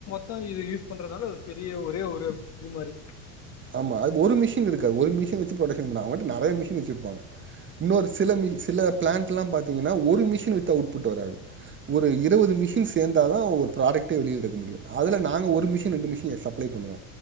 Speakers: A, on the left; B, on the right.
A: தா இது யூஸ் பண்றதால அது பெரிய ஒரே ஒரு இதுமாரி
B: ஆமா அது ஒரு மிஷின் இருக்காது ஒரு மிஷின் வச்சு புரொக்க்ஷன் பண்ணுவாங்க அவுங்கபாட்கு நெறைய மிஷின் வச்சிருப்பாங்க இன்னொரு சிலஷ சில
A: ஓகே
B: பிளான்ட்லா பாத்தீங்னா ஒரு மிஷின் வித் அவ்ட் புட் வராது ஒரு இர் வது மிஷின்
A: ஆமா
B: சேந்தாதான் ஒர் ப்ராடக்ட்டே வெளிய எடுக்க முடியு அதுல நாங்க ஒரு மிஷின் ரெண்டு மிஷின சப்ளை பபணணுவோ